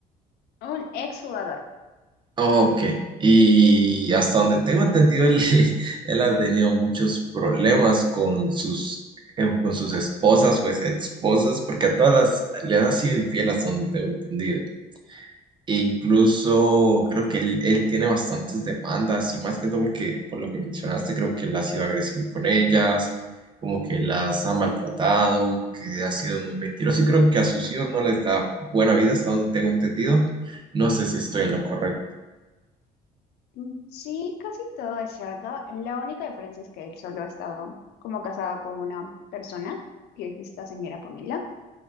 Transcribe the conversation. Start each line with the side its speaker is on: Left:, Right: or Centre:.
Left: Un ex jugador.
Right: Ok, y hasta donde tengo entendido, él, <laughs> él ha tenido muchos problemas con sus, eh, con sus esposas o ex esposas, porque a todas las- le han sido infiel hasta donde tengo entendido. E incluso creo que él, él tiene bastantes demandas y más que todo porque por lo que mencionaste creo que él ha sido agresivo con ellas, como que las ha maltratado, que ha sido muy mentiroso y creo que a sus hijos no les da buena vida hasta donde tengo entendido. No sé si estoy en lo correcto.
Left: Mm, Sí, casi todo es cierto. La única diferencia es que él solo ha estado como casada con una persona, que es esta señora Pamela,